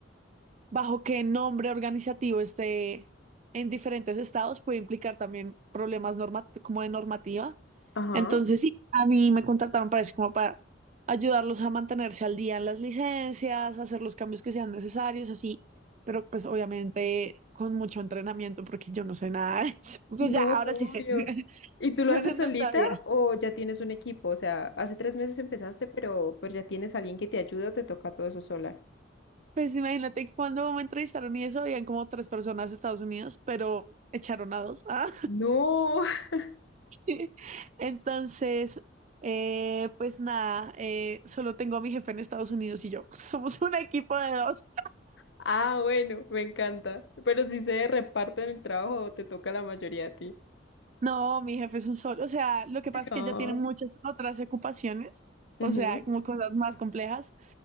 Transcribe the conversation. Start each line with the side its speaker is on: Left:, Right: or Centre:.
Right: bajo qué nombre organizativo esté en diferentes estados puede implicar también problemas norma- como de normativa.
Left: Ajá.
Right: Entonces, sí, a mí me contrataron para eso, como para ayudarlos a mantenerse al día en las licencias, hacer los cambios que sean necesarios, así pero pues obviamente con mucho entrenamiento porque yo no sé nada de eso. <laughs> Pues
Left: No,
Right: ya, ahora
Left: obvio.
Right: sí sé. <laughs>
Left: ¿Y tú lo
Right: Bueno,
Left: haces
Right: no
Left: solita
Right: sabía.
Left: o ya tienes un equipo? O sea, hace tres meses empezaste, pero, pero ya tienes alguien que te ayuda o te toca todo eso sola.
Right: Pues imagínate que cuando me entrevistaron y eso, habían como tres personas de Estados Unidos, pero echaron a dos. Ah.
Left: No. <laughs>
Right: <laughs> Entonces, eh, pues nada, eh, solo tengo a mi jefe en Estados Unidos y yo. <laughs> Somos un equipo de dos.
Left: Ah, bueno, me encanta. Pero si se reparten el trabajo, o te toca la mayoría a ti.
Right: No, mi jefe es un solo. O sea, lo que pasa es
Left: Ah.
Right: que ella tiene muchas otras ocupaciones, o
Left: Ujú.
Right: sea, como cosas más complejas.